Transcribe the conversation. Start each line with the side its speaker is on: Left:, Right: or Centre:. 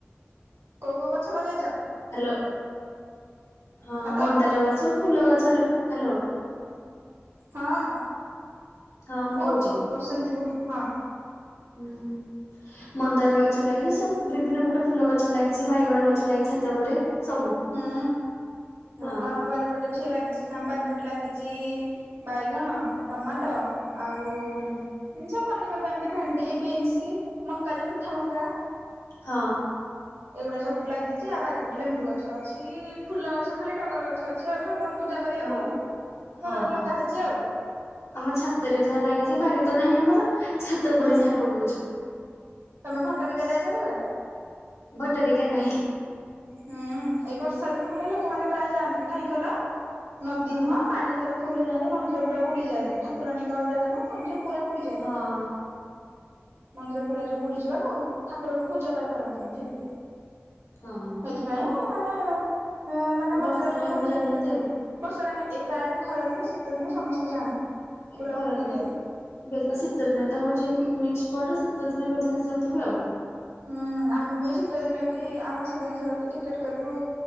Right: କୋଉ କୋଉ ଗଛ ଲଗେଇଚ?
Left: ହ୍ୟାଲୋ ହଁ
Right: ହ୍ୟାଲୋ
Left: ମନ୍ଦାର ଗଛ ଫୁଲ ଗଛ ହ୍ୟାଲୋ
Right: ହଁ
Left: ହଁ ମୁଁ
Right: କୁହ
Left: କହୁଛି
Right: କୁହ କୁହ ସେମିତି କୁହ ହଁ।
Left: ହୁଁ ମନ୍ଦାର ଗଛ ଲାଗିଚି ସବୁ ବିଭିନ୍ନ ପ୍ରକାର ଫୁଲ ଗଛ ଲାଗିଚି ବାଇଗଣ ଗଛ ଲାଗିଚି ଛାତ ଉପରେ। ସବୁ
Right: ହୁଁ
Left: ହଁ
Right: ଭଲ ଆମ ବାରିପଟେ ବି ଲାଗିଛି ଆମ ବାରି ପଟେ ଲାଗିଚି ବାଇଗଣ, ଟମାଟୋ ଆଉ ଏନ୍ତୀ
Left: ହଁ
Right: ସବୁ ପନିପରିବା ଏମିତି ଭେଣ୍ଡି, ବିନ୍ସ, ମକା ଯୋଉ ମିଠା ମକା।
Left: ହଁ
Right: ଏଗୁଡ଼ାକ ସବୁ ଲାଗିଚି ଆଉ ବାରିପଟେ ଲେମ୍ବୁ ଗଛ ଅଛି ଫୁଲ ଗଛ ଖାଲି ଟଗର ଗଛ ଅଛି ଆଉ ଠ କୁରଙ୍କ ପୂଜା କରିବାକୁ
Left: ହଁ ହଁ।
Right: ଘରେ ଗୋଟେ ଲଗା ହେଇଚି ଆଉ।
Left: ଆମ ଛାତରେ ଯାହା ଲାଗିଚି ବାର ତ ନାହିଁ ଆମର ଛାତ ଉପରେ
Right: ହୁଁ
Left: ଯାହା ଲଗଉଛୁ।
Right: ତମେ ଭଟ୍ଟାରିକା ଯାଇଚ କେବେ?
Left: ଭଟ୍ଟାରିକା ନାଇ।
Right: ହୁଁ ଏଇ ବର୍ଷା ଦିନ ହେଲେ ଲୋକମାନେ ପ୍ରାୟ ଯାଆନ୍ତିନି କାହିଁ କିହଲ ନଦୀ
Left: ହଁ
Right: ନୁହଁ ପାଣି ଯେତେବେଳେ ଫୁଲ ହେଇଯାଏନି ମନ୍ଦିର ପୁରା ବୁଡିଯାଏ। ଠାକୁରାଣୀଙ୍କର ଜାଗା ନା ମନ୍ଦିର ପୁରା ବୁଡିଯାଏ।
Left: ହୁଁ
Right: ମନ୍ଦିର ପୁରା ଯୋଉ ବୁଡି ଯିବାକୁ ଠାକୁର ବି ପୂଜା ପାଇ ପାରନ୍ତିନି ଠିକରେ।
Left: ହଁ।
Right: ସେଥିପାଇଁ ମାନେ ଏଁ ମାନେ
Left: ଏ ବର୍ଷା
Right: ମନ୍ଦିର ଯୋଉ
Left: ଟାଇମ
Right: ବୁଡ଼ିଯାଏ
Left: କୁ ଯାଉନାହାନ୍ତି ଆଉ
Right: ବର୍ଷା ଟାଇମ୍। ଏଇ ପ୍ରାୟ ଖରା ଦିନେ ଶୀତ ଦିନେ ସମସ୍ତେ ଯାଆନ୍ତି।
Left: ଏଇ
Right: ବୁଲାବୁଲି
Left: ଖରା ଦିନେ
Right: କରିବାକୁ
Left: ଶୀ ବେଶୀ ତ ଶୀତ ଦିନେ ତ ହଉଛି ପିକନିକ ସ୍ପଟ। ଶୀତ ଦିନେ ଏବେ ଅଧିକାଂଶ ଯାଉଥିବେ ଆଉ।
Right: ହୁଁ ଆମେ ବି ଏଇ ଶୀତ ଦିନେ ଏଇଠି ଆଉ ମାସେ ଦି ମାସେ ଗଲେ ତ ଟିକେଟ କରିବୁ